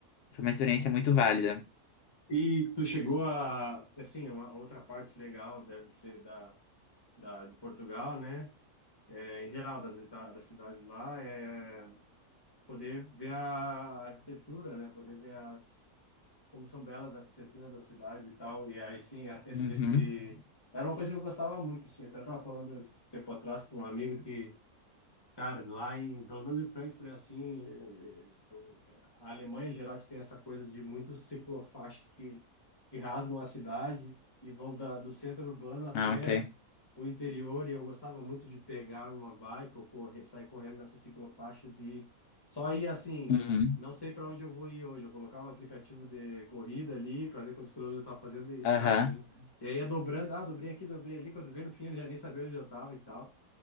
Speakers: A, on the left (about 65°); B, on the left (about 20°).
A: foi uma experiência muito válida.
B: E tu chegou a, assim, uma outra parte legal deve ser da, da de Portugal, né? É, em geral das, ita- das cidades lá é poder ver a arquitetura, né? Poder ver as como são belas a arquitetura das cidades e tal. E aí, sim, a- esse,
A: Uhum.
B: esse- era uma coisa que eu gostava muito, assim. Até estava falando esse tempo atrás com um amigo que Cara, lá em, pelo menos em Frankfurt, é assim, eh, o- a Alemanha, em geral, que tem essa coisa de muitos ciclofaixas que, que rasgam a cidade e vão da, do centro urbano até
A: Ah, ok.
B: o interior. E eu gostava muito de pegar uma bike ou correr, sair correndo nessas ciclofaixas e só ir assim,
A: Uhum.
B: não sei para onde eu vou ir hoje. Eu colocava o aplicativo de corrida ali para ver quantos quilômetros eu estava fazendo e
A: Aham.
B: tá, vou. E aí ia dobrando, ah, dobrei aqui, dobrei ali. Quando veio no fim, eu já nem sabia onde eu estava e tal.